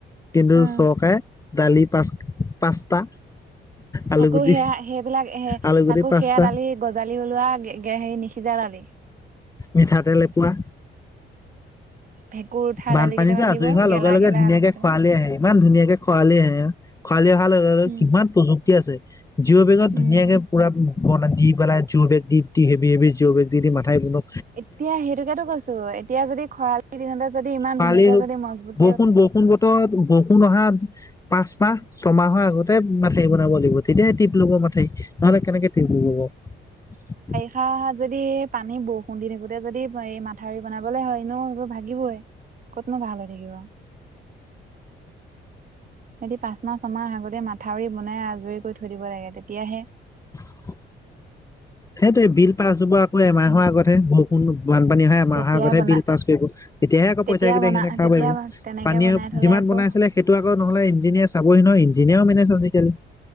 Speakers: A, on the left; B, on the right.
A: কিন্তু
B: উম
A: চৰকাৰে দালি পাঁচ, পাঁচটা! আলুগুটি
B: তাকো সেয়া সেইবিলাক,
A: আলুগুটি
B: তাকো
A: পাঁচটা,
B: সেয়া দালি গজালি ওলোৱা হেৰি নিসিজা দালি।
A: মিঠাতেল এপোৱা।
B: ভেঁকুৰ উঠা
A: বানপানীতটো
B: দালি কেইটামান
A: আজৰি
B: দিব
A: হোৱাৰ
B: গেলা
A: লগে-লগে
B: গেলা
A: ধুনীয়াকে
B: আলু কেইটামান
A: খোৱালি আহে, ইমান ধুনীয়াকে খোৱালি আহে। খোৱালি অহাৰ লগে-লগে
B: উম
A: কিমান প্ৰযুক্তি আছে, জিঅ' বেগত ধুনীয়াকে
B: উম
A: পূৰা বন দি পেলাই যোৰ বেগ দি হেভি-হেভি জোৰ বেগ দি-দি মাথাই বন
B: এতিয়া সেইটোকেতটো কৈছো, এতিয়া যদি খৰালি দিনতে যদি ইমান
A: খৰালি
B: ধুনীয়াকে যদি মজবুত।
A: বৰষুণ, বৰষুণ বতৰত বৰ ষুণ অহা পাঁচ মাহ, ছয়মাহৰ আগতে মাথাাই বনাব লাগিব, তিয়ে টিপ লব মাঠাই। নহলে কেনেকে থঠিক হব।
B: হা, যদি পানী বৰষুণ দি থাকোতে যদি এই মাথাউৰি বনাবলৈ হয়, এনেয়ো সেইবোৰ ভাগিবই। কতনো ভাল হৈ থাকিব। সিহঁতি পাঁচ মাহ, ছয়মাহ আগতে মাথাউৰি বনাই আজৰি কৰি থৈ দিব লাগে, তেতিয়াহে।
A: <inaudible> সেইটোয়ে বিল পাছ যাব আকৌ এমাহৰ আগতহে বৰষুণ বানপানী হয়। মাহৰ
B: তেতিয়া
A: আগতহে
B: বনা
A: বিল পাছ কৰিব। তেতিয়াহে আকৌ
B: তেতিয়া
A: পইচা কেইটা
B: বনা
A: সিহঁতে খাব
B: তেতিয়া
A: পাৰিব।
B: তেনেকে
A: পানীয়ে
B: বনাই থলে
A: যিমান
B: আকৌ
A: বনাই আছিলে সেইটো আকৌ নহলে ইঞ্জিনিয়াৰ চাবহি নহয়। ইঞ্জিনিয়াৰো মানে আজি-কালি